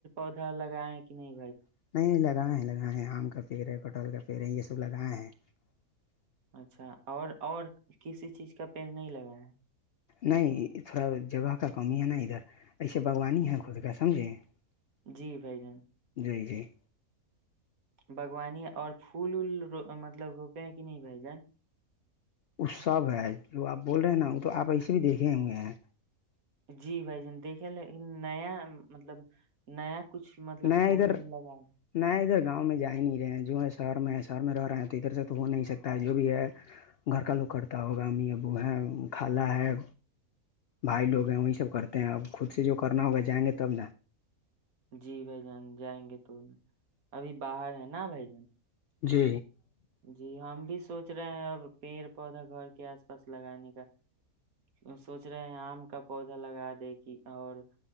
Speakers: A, on the right; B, on the left.
A: ادھا لگائیں کتنی
B: <unintelligible> <unintelligible>
A: اچھا اور اور کسی چیز کا پیل نہیں لگایا
B: نہیں جگہ کا قومی ہے نا ادھر <unintelligible>
A: ہے اچھا جی بھائی جان بھگوانی اور پھول مطلب ہوتا ہے کہ نہیں بھائی جان
B: کچھ صاحب ہیں جو اپ بول رہے ہیں نا ہم تو اپ ایسے بھی دیکھ رہے ہیں
A: جی بھائی جان دیکھیں نیا مطلب کچھ مطلب
B: نیا
A: پھول
B: ادھر
A: لگا
B: نہ ادھر گاؤں میں جا ہی نہیں رہے ہیں جوہے میں سر میرا اور ادھر سے تو ہو نہیں سکتا جو بھی ہے گھر کا لکڑتا ہوگا امی ابو ہیں کھالا ہے بھائی لوگ ہیں وہیں سے کرتے ہیں اب خود سے جو کرنا ہوگا جائیں گے تب
A: جی بھائی جان جائیں گے تو ابھی باہر ہے نا بھائی
B: جی
A: جی ہم بھی سوچ رہے ہیں اب پیڑ لگانے کا سوچ رہے ہیں ام کا پودا لگا دے گی اور